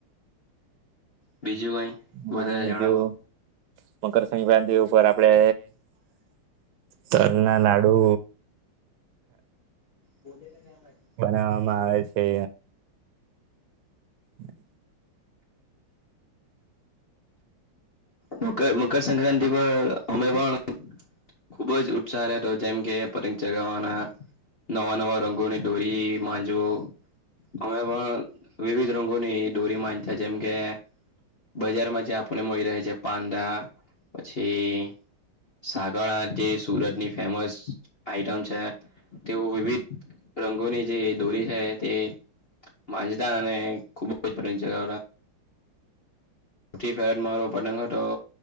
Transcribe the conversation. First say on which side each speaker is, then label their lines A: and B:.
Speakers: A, on the left; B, on the right.
A: બીજું કઈ,
B: હા
A: વધારે
B: બીજું
A: જણાવો
B: મકરસક્રાંતિ ઉપર આપડે. તલના લાડુ,
A: બોલે તે ધ્યાન રાખ,
B: બનાવવામાં આવે છે. હ.
A: મકર મકરસક્રાંતિ પર અમે પણ, ખુબ જ ઉત્સાહ રહતો જેમ કે પતંગ ચગાવવાના, નવા નવા રંગોની ડોરી માંજો, અમે પણ વિવિધ રંગોની દોરી માંજ્યતા જેમ કે, બજારમાં જે આપણને મળી રહે છે પાંદા પછી, સાગર આ જે સુરતની ફેમસ આઈટમ છે. તેઓ વિવિધ રંગોની જે દોરી હે તે, માંજતાને ખુબ જજ પતંગ ચગાવતા, પૂફાયડ મારો પતંગ હતો,